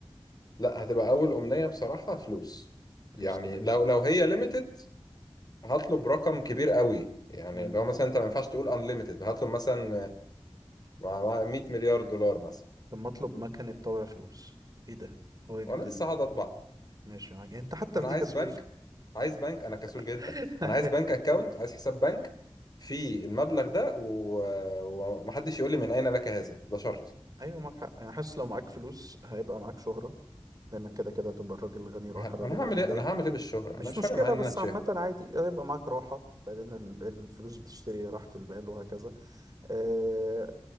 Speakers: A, on the left (about 40°); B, on the right (about 40°).
A: لا هتبقى اول امنيه بصراحه فلوس
B: فلوس
A: يعني
B: كده كده
A: لو لو هي ليميتد هطلب رقم كبير قوي يعني
B: امم
A: لو مثلا انت ما ينفعش تقول انليميتد هطلب مثلا مع مع 100 مليار دولار مثلا
B: طب ما اطلب مكنه طابع فلوس ايه ده قويه جدا
A: وانا لسه
B: دي
A: هقعد اطبع
B: ماشي معاك انت حتى
A: انا
B: في دي
A: عايز
B: كسول
A: بنك عايز بنك انا كسول
B: <laughs>
A: جدا انا عايز بنك اكاونت عايز حساب بنك في المبلغ ده و... ومحدش يقول لي من اين لك هذا ده شرط
B: ايوه معاك حق انا حاسس لو معاك فلوس هيبقى معاك شهره لانك كده كده هتبقى الراجل الغني رايح
A: انا
B: الراجل
A: هعمل
B: الغني
A: ايه
B: جاي
A: انا هعمل ايه بالشهره
B: مش
A: انا مش
B: مشكلة
A: فارق معايا
B: بس
A: ان انا اتشهر
B: عامة عادي هيبقى معاك راحة لأن ال- الفلوس بتشتري راحة البال وهكذا أه